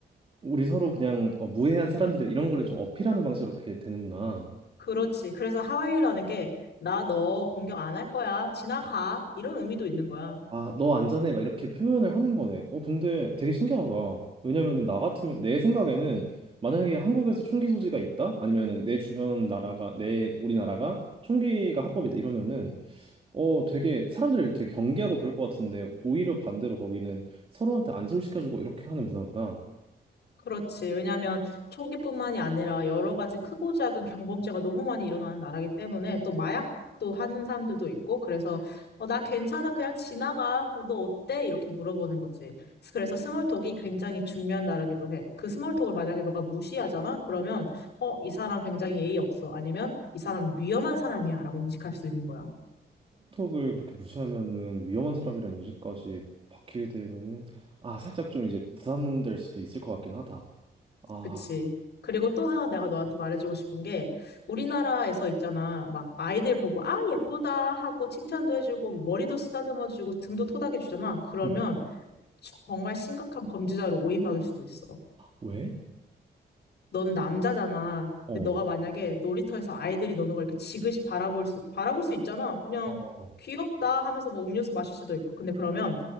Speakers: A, on the right; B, on the left.
A: 우리 서로 그냥 어, 무해한 사람들이다 이런 거를 좀 어필하는 방식으로 그렇게 되는구나.
B: 그렇지. 그래서 하와이유라는 게 나 너 공격 안 할 거야. 지나가. 이런 의미도 있는 거야.
A: 아, 너 안전해 막 이렇게 표현을 하는 거네. 어, 근데 되게 신기하다. 왜냐면은 나 같으면 내 생각에는 만약에 한국에서 총기 소지가 있다? 아니면은 내 주변 나라가 내 우리나라가 총기가 합법이다 이러면은 어 되게 사람들이 되게 경계하고 그럴 것 같은데 오히려 반대로 거기는 서로한테 안심시켜주고 이렇게 하는 문화구나.
B: 그렇지. 왜냐하면 총기뿐만이 아니라 여러 가지 크고 작은 경범죄가 너무 많이 일어나는 나라기 때문에 또 마약도 하는 사람들도 있고 그래서 어, 나 괜찮아 그냥 지나가 어, 너 어때? 이렇게 물어보는 거지. 그래서 스몰톡이 굉장히 중요한 나라기도 해. 그 스몰톡을 만약에 너가 무시하잖아? 그러면 어, 이 사람 굉장히 예의 없어. 아니면 이 사람 위험한 사람이야 라고 인식할 수 있는 거야.
A: 스몰톡을 그렇게 무시하면은 위험한 사람이란 인식까지 받게 되면은 아 살짝 좀 이제 부담될 수도 있을 것 같긴 하다. 아
B: 그치. 그리고 또 하나 내가 너한테 말해주고 싶은 게 우리나라에서 있잖아. 막 아이들 보고 아 예쁘다 하고 칭찬도 해주고 뭐 머리도 쓰다듬어주고 등도 토닥여주잖아. 그러면
A: 응.
B: 정말 심각한 범죄자로 오인받을 수도 있어.
A: 왜?
B: 너는 남자잖아.
A: 어.
B: 근데 너가 만약에 놀이터에서 아이들이 노는 걸 이렇게 지그시 바라볼 수 바라볼 수 있잖아. 그냥
A: 어, 어,
B: 귀엽다 하면서 뭐 음료수 마실 수도 있고. 근데 그러면